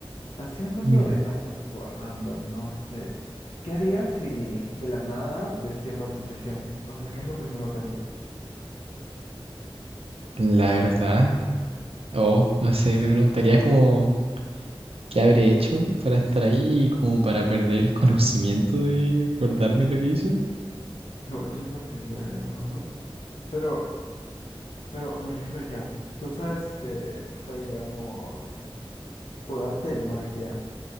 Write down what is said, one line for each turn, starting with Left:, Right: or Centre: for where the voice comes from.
Left: así hablando
Right: Dime.
Left: de algo tipo random, ¿no? Este, ¿qué harías si de la nada despiertas en prisión? O sea, ¿qué es lo primero que harías?
Right: La verdad, oh, no sé, me preguntaría como qué habré hecho para estar ahí y como para perder el conocimiento de acordarme lo que hice.
Left: <laughs> Igual si es lo primero, ¿no? Pero, pero me refiero ya. Tú sabes que fue, digamos, por arte de magia.